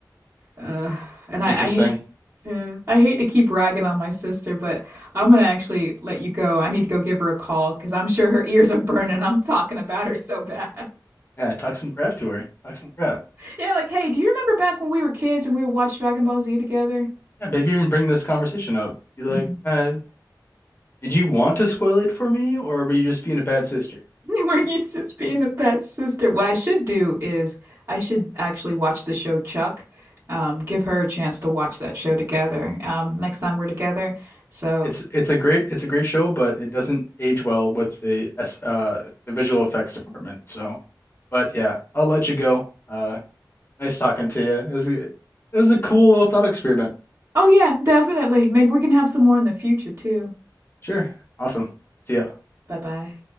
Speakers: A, on the right; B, on the left.
A: Uh, and I
B: Interesting.
A: I hate yeah, I hate to keep ragging on my sister, but I'm gonna actually let you go. I need to go give her a call because I'm sure her ears are burning. I'm talking about her so bad. <laughs>
B: Yeah, talk some crap to her. Talk some crap.
A: Yeah, like, hey, do you remember back when we were kids and we would watch Dragon Ball Z together?
B: Yeah, maybe even bring this conversation up. Be like,
A: Mhm.
B: uh, did you want to spoil it for me, or were you just being a bad sister?
A: <laughs> Were you just being a bad sister? What I should do is I should actually watch the show Chuck. Um, give her a chance to watch that show together. Um, next time we're together. So,
B: It's it's a great it's a great show, but it doesn't age well with the S uh the visual effects department. So, but yeah, I'll let you go. Uh, nice talking to you. It was a, it was a cool little thought experiment.
A: oh yeah, definitely. Maybe we can have some more in the future too.
B: Sure, awesome. See ya.
A: Bye bye.